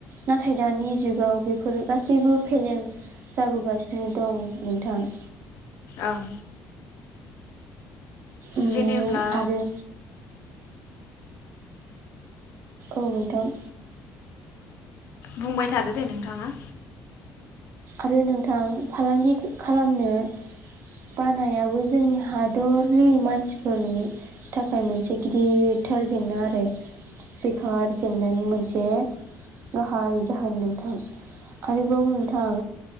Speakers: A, on the right; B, on the left.
A: नाथाय दानि जुगाव बेफोरो गासैबो फेलें जाबोगासिनो दं नोंथां। <inaudible>
B: ओं।
A: उम
B: जेनेब्ला।
A: आरो औ नोंथां।
B: बुंबाय थादो दे नोंथाङा।
A: आरो नोंथां फालांगि खालामनो। ््् बानायाबो जोंनि हादरनि मानसिफोरनि थाखाय मोनसे गिदिर थार जेंना आरो बेखार जेंनानि मोनसे गाहाय जाहोन नोंथां आरोबाव नोंथां।